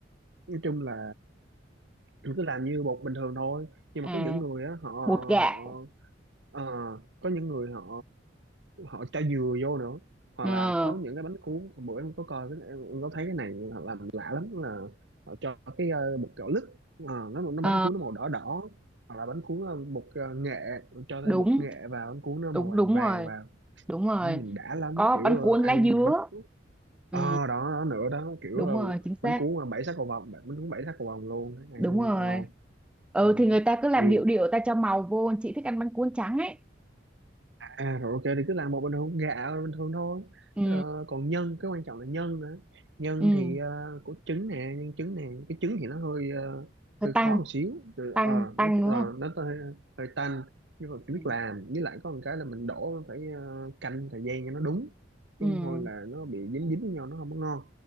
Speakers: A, on the right; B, in the centre.
A: nói chung là cứ làm như bột bình thường thôi nhưng
B: à
A: mà có những người á họ
B: bột gạo
A: họ ờ, có những người họ họ cho dừa vô nữa hoặc
B: ờ
A: là có những cái bánh cuốn Hôm bữa em có coi cái em, em có thấy cái này họ làm lạ lắm là họ cho cái ờ, bột gạo lứt Ờ, nó nó
B: ờ,
A: bánh cuốn nó màu đỏ đỏ hoặc là bánh cuốn ờ, bột ờ, nghệ cho thêm
B: đúng
A: bột nghệ vào bánh cuốn nó màu
B: đúng
A: vàng
B: đúng
A: vàng
B: rồi
A: vào
B: đúng rồi
A: nhìn đã lắm
B: có
A: kiểu
B: bánh
A: ờ,
B: cuốn
A: ăn
B: lá dứa ừ
A: ờ đó, đó nữa đó kiểu
B: đúng
A: ờ,
B: rồi chính
A: bánh
B: xác
A: cuốn mà bảy sắc cầu vồng bánh cuốn bảy sắc cầu vồng luôn ăn
B: đúng rồi
A: ngon
B: ừ
A: Ừ.
B: thì người ta cứ làm
A: thì
B: điệu điệu ta cho màu vô chị thích ăn bánh cuốn trắng ấy
A: à rồi ok thì cứ làm một bình thường gạo bình thường thôi
B: ừ
A: ờ, còn nhân cái quan trọng là nhân nữa nhân
B: ừ
A: thì ờ, có trứng nè nhân trứng nè cái trứng thì nó hơi ờ,
B: Ờ,
A: hơi
B: tăng
A: khó một xíu Từ,
B: tăng
A: ờ,
B: tăng
A: nó
B: đúng
A: ờ,
B: không
A: nó hơi, hơi tanh nhưng mà phải
B: Ừ.
A: biết làm với lại có một cái là mình đổ phải ờ, canh thời gian cho nó đúng
B: ừ
A: chứ không thôi là nó bị dính dính với nhau nó không có ngon